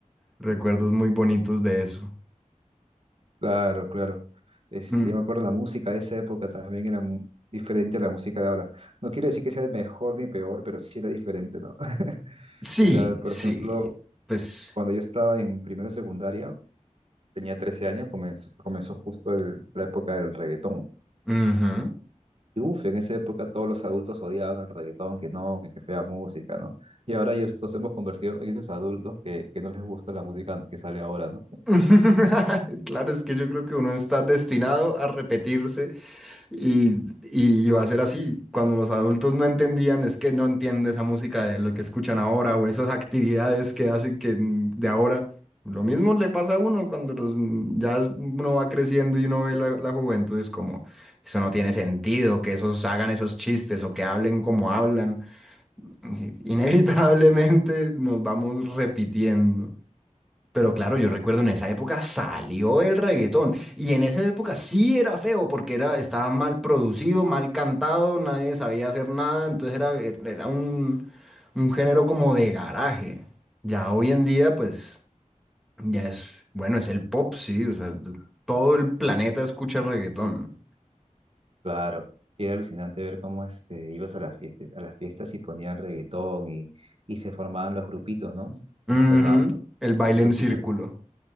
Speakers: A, in the centre; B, on the right.
A: recuerdos muy bonitos de eso.
B: Claro, claro. Este,
A: Mm,
B: yo me acuerdo la música de esa época también era mu- diferente a la música de ahora. No quiero decir que sea mejor ni peor, pero sí era diferente, ¿no? <laughs>
A: sí,
B: O sea, por
A: sí,
B: ejemplo,
A: pues,
B: cuando yo estaba en primero de secundaria, tenía 13 años, comenzó, comenzó justo el- la época del reggaetón.
A: ujú.
B: Y uf, en esa época todos los adultos odiaban el reggaetón, que no, que, que fea música, ¿no? Y ahora ellos nos hemos convertido en esos adultos que, que no les gusta la música que sale ahora, ¿no?
A: <laughs> Claro, es que yo creo que uno está destinado a repetirse y, y va a ser así. Cuando los adultos no entendían, es que no entiende esa música de lo que escuchan ahora o esas actividades que hacen que mm, de ahora. Lo mismo le pasa a uno cuando los, mm, ya es- uno va creciendo y uno ve la, la juventud, es como, eso no tiene sentido, que esos hagan esos chistes o que hablen como hablan. <laughs> Inevitablemente nos vamos repitiendo. Pero claro, yo recuerdo en esa época salió el reggaetón y en esa época sí era feo porque era, estaba mal producido, mal cantado, nadie sabía hacer nada, entonces era, era un, un género como de garaje. Ya hoy en día pues ya es, bueno, es el pop, sí, o sea, todo el planeta escucha reggaetón.
B: Claro, y era alucinante ver cómo este, ibas a las fiestas, a las fiestas y ponían reggaetón y, y se formaban los grupitos, ¿no? Se
A: Ujú,
B: formaban
A: El baile
B: grupitos.
A: en círculo.